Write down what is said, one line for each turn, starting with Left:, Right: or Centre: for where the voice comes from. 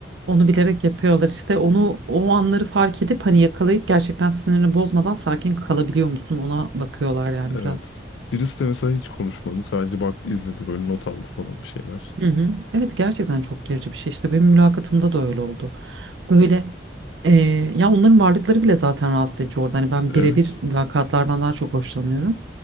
Right: Onu bilerek yapıyorlar işte onu o anları fark edip hani yakalayıp gerçekten sinirini bozmadan sakin kalabiliyor musun ona bakıyorlar yani
Left: Evet.
Right: biraz.
Left: Birisi de mesela hiç konuşmadı. Sadece baktı, izledi böyle not aldı falan bir şeyler.
Right: Hı hı. Evet gerçekten çok gerici bir şey işte benim mülakatımda da öyle oldu. Böyle e, ya onların varlıkları bile zaten rahatsız edici orada. Hani ben
Left: Evet.
Right: birebir mülakatlardan daha çok hoşlanıyorum.